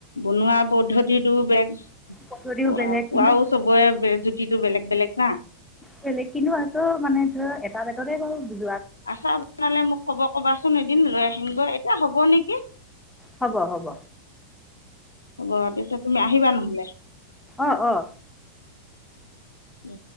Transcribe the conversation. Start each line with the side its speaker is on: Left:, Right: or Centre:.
Left: বনোৱা পদ্ধতিটো বেগ
Centre: পদ্ধতিও
Left: ক
Centre: বেলেগ
Left: কোৱাও
Centre: কিন্তু
Left: চবৰে বেজ সি বেগ বেলেগ না
Centre: বেলেগ কিন্তু আছ মানে ধ এটা বলে ত কহি
Left: আচাৰ বনালে মোক খব কবাচোন এদিন লৈ আহিম গৈ এতিয়া হ'ব নেকি
Centre: হ'ব হ'ব
Left: হ'ব তেতিয়া তুমি আহিবা নহলে
Centre: আহ আহ
Left: উম